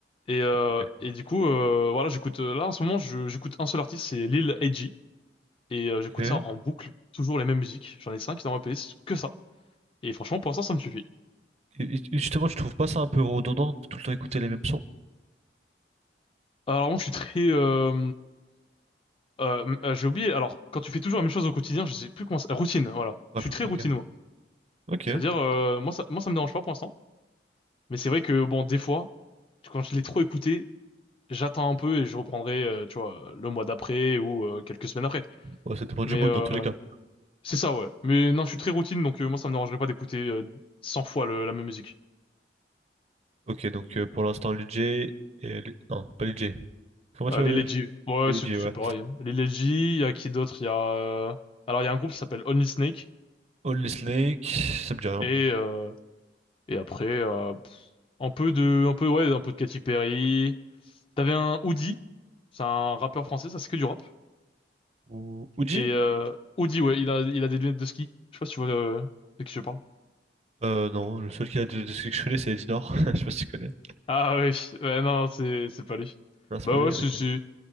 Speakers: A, on the left; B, on the right.
A: Et euh,
B: Ok.
A: et du coup, euh, voilà, j'écoute euh, là en ce moment, je- j'écoute un seul artiste, c'est Lil Edgy, et euh, j'écoute
B: Ok.
A: ça en boucle, toujours les mêmes musiques. J'en ai cinq dans ma playlist, que ça. Et franchement, pour l'instant, ça me suffit.
B: Et, et justement, je trouve pas ça un peu redondant de tout le temps écouter les mêmes sons?
A: Alors moi je suis très euh, euh, euh, j'ai oublié alors quand tu fais toujours la même chose au quotidien je sais plus comment ça... routine voilà
B: Voilà,
A: je suis très
B: ok.
A: routine moi
B: Ok.
A: c'est-à-dire euh, moi ça moi ça me dérange pas pour l'instant mais c'est vrai que bon des fois quand je l'ai trop écouté j'attends un peu et je reprendrai euh, tu vois le mois d'après ou euh, quelques semaines après
B: Bon, ça dépend
A: mais
B: du mood
A: euh,
B: dans tous les cas.
A: c'est ça ouais mais non je suis très routine donc euh, moi ça me dérangerait pas d'écouter euh, 100 fois le- la même musique
B: Ok, donc euh, pour l'instant, Lidj et. Li- Non, pas Lidj. Comment tu
A: euh,
B: vas?
A: les Ledji ouais
B: Lidj,
A: c'est c'est
B: ouais.
A: pareil hein. les Ledji il y a qui d'autre il y a euh, alors il y a un groupe qui s'appelle Only Snake
B: Only Snake, ça me dit rien.
A: et euh, Et après, euh, pff, un peu de, un peu, ouais, un peu de Katy Perry. T'avais un Oudi, c'est un rappeur français, ça c'est que du rap.
B: Ou... Uji?
A: Et euh, Oudi, ouais, il a, il a des lunettes de ski. Je sais pas si tu vois euh, de qui je parle.
B: Euh, non, le seul qui a de, de ce que je connais, c'est Eddie Nord. <laughs> Je sais pas si tu connais.
A: Ah oui, <laughs> ouais, non, non, c'est, c'est pas lui.
B: Non, c'est
A: Bah
B: pas lui,
A: ouais,
B: ok.
A: c'est, c'est-